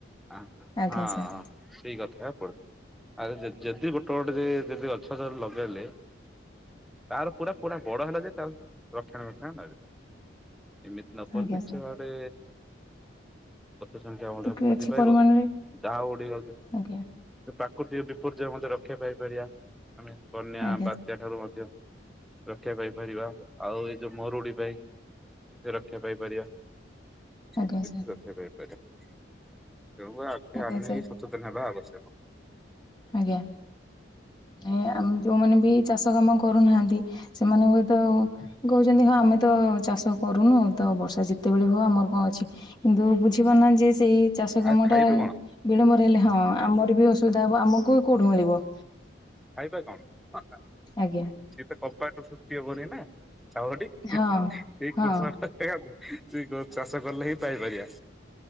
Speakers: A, in the centre; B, on the left (about 25°).
A: ଆଁ
B: ଆଜ୍ଞା
A: ହଁ
B: ସାର୍
A: ସେଇ କଥା ପଡିଚି ଆଉ ଯ ଯଦି ଗୋଟେ ଗୋଟ ଗୋଟେ ଯେ ଯଦି ଗଛ ତ ଲଗେଇଲେ ତାର ପୁରା ପୁରା ବଡ ହେଲା ଯାଇଁ ତାର ରକ୍ଷଣାବେକ୍ଷଣ ନେବେ। ଏମିତି ନପଲେ
B: ଆଜ୍ଞା
A: ନିଶ୍ଚୟ
B: ସାର୍
A: ଭାବରେ ଗଛ ସଂଖ୍ୟା ଅଡେ
B: ତ କିଛି
A: ବୃଦ୍ଧି ପାଇବ
B: ପରିମାଣରେ
A: ଯାହା ହଉଠିକ
B: ଆଜ୍ଞା
A: ପ୍ରାକୃତିକ ବିପର୍ଯ୍ୟୟ ମଧ୍ୟେ ରକ୍ଷା ପାଇପାରିବା ଆମେ ବନ୍ୟା
B: ଆଜ୍ଞା
A: ବା ତା ଠାରୁ ମଧ୍ୟ ରକ୍ଷା ପାଇପାରିବା ଆଉ ଏଇ ଯୋଉ ମରୁଡି ପାଇଁ ସୁରକ୍ଷା ପାଇପାରିବା। ସେଥିଯୋଗୁ
B: ଆଜ୍ଞା ସାର୍
A: ରକ୍ଷାପାଇପାରିବା ତେଣୁ ଆଗ
B: ଆଜ୍ଞା
A: ଆମେ
B: ସାର୍
A: ହିଁ ସଚେତନ ହେବା ଆବଶ୍ୟକ।
B: ଆଜ୍ଞା ଇ ଆମ୍ ଯୋଉମାନେ ବି ଚାଷ କାମ କରୁନାହାନ୍ତି ସେମାନେ ହୁଏତ କହୁଛନ୍ତି ହଁ ଆମେ ତ ଚାଷ କରୁନୁ ତ ବର୍ଷା ଯେତେବେଳେ ହୁଅ ଆମର କଣ ଅଛି। କିନ୍ତୁ ବୁଝିପାରୁ। ନାହାଁନ୍ତି ଯେ ସେଇ ଚାଷ
A: ଆଉ
B: କାମ
A: ଖାଇବେ
B: ଟା
A: କଣ
B: ବିଳମ୍ବରେ ହେଲେ ହଁ ଆମର ବି ଅସୁବିଧା ହେବ ଆମକୁ କେଉଠୁ ମିଳିବ।
A: ଖାଇବା କଣ?
B: ଆଜ୍ଞା
A: ସିଏ ତ କମ୍ପାନିରୁ ସୃଷ୍ଟି ହବନି ନା ଚାଉଳ ଟି
B: ହଁ
A: ସେଇ
B: ହଁ
A: କୃଷକ ସେଇଆକୁ ସେ ଗ ଚାଷ କଲେ ହିଁ ପାଇପାରିବା।